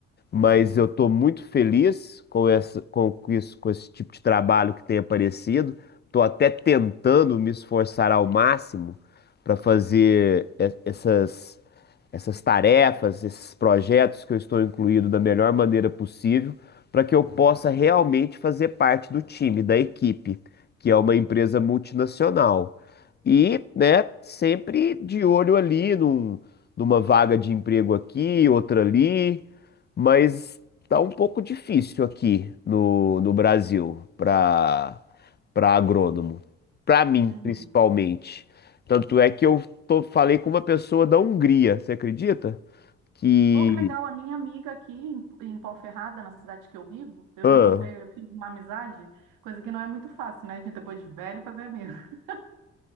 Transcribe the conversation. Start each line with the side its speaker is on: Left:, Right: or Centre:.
Left: mas eu estou muito feliz com essa, com isso, com esse tipo de trabalho que tem aparecido. Estou até tentando me esforçar ao máximo para fazer e- essas, essas tarefas, esses projetos que eu estou incluído da melhor maneira possível, para que eu possa realmente fazer parte do time, da equipe, que é uma empresa multinacional. E, né, sempre de olho ali num, numa vaga de emprego aqui, outra ali mas tá um pouco difícil aqui no, no Brasil para para agrônomo, para mim
Right: Uhum.
Left: principalmente. Tanto é que eu tô- falei com uma pessoa da Hungria, você acredita? Que,
Right: Pô, que legal, a minha amiga aqui em, em Ponferrada, na cidade que eu vivo, eu
Left: ah,
Right: encontrei, eu fiz uma amizade, coisa que não é muito fácil, né? A gente depois de velho fazer amigo. <laughs>